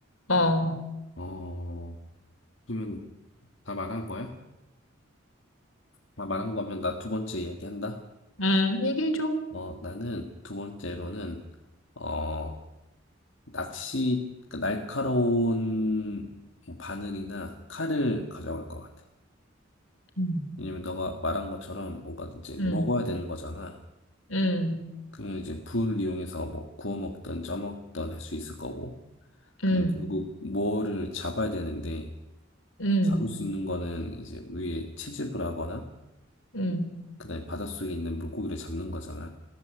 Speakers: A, on the left (about 85°); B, on the left (about 70°).
A: <laughs> 어.
B: 어, 그러면 다 말한 거야? 다 말한 거면 나 두 번째 이야기한다.
A: 음, 얘기해줘.
B: 어, 나는 두 번째로는, 어, 낚시, 그 날카로운 바늘이나 칼을 가져갈 것 같아.
A: 음,
B: 왜냐면 너가 말한 것처럼 뭔가 이제
A: 음,
B: 먹어야 되는 거잖아.
A: 음,
B: 그러면 이제 불 이용해서 뭐 구워 먹든 쪄 먹든 할 수 있을 거고. 그러면
A: 음,
B: 결국 뭐를 잡아야 되는데,
A: 음.
B: 잡을 수 있는 거는 이제 위에 채집을 하거나
A: 음.
B: 그다음에 바닷속에 있는 물고기를 잡는 거잖아.